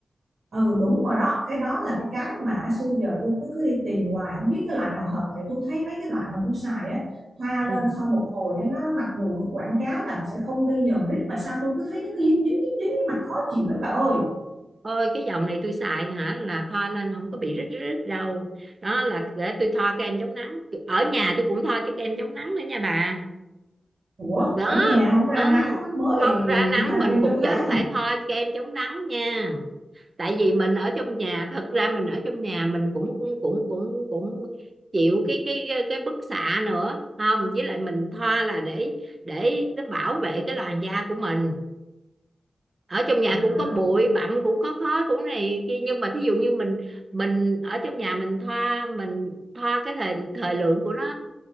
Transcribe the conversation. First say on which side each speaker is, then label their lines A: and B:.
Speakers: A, on the right; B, on the right.
A: ừ đúng rồi đó cái đó là cái cái mà xưa giờ tôi cứ cứ đi tìm hoài không biết cái loại nào hợp tại tôi thấy mấy cái loại mà tôi xài á thoa
B: Ừ.
A: lên sau một hồi á, nó mặc dù quảng cáo là sẽ không gây nhờn rít mà sao tôi cứ thấy nó cứ dính dính dính dính mặt khó chịu lắm bà ơi
B: Ôi cái dòng này tôi xài hả là thoa lên không có bị rít rít đâu đó là để tôi thoa kem chống nắng ở nhà tôi cũng thoa chứ kem chống nắng nữa nha bà
A: ủa
B: đó
A: ở nhà không ra
B: ừ
A: nắng mắt mới
B: không
A: thì
B: ra nắng
A: thoa
B: mình
A: kem
B: cũng
A: chống nắng
B: vẫn phải thoa kem chống nắng nha tại vì mình ở trong nhà thật ra mình ở trong nhà mình cũng cũng cũng cũng cũng chịu cái cái cái bức xạ nữa không với lại mình thoa là để để nó bảo vệ cái làn da của mình ở trong nhà
A: à
B: cũng có bụi bặm cũng có khói cũng này kia nhưng mà thí dụ như mình mình ở trong nhà mình thoa mình thoa cái thời thời lượng của nó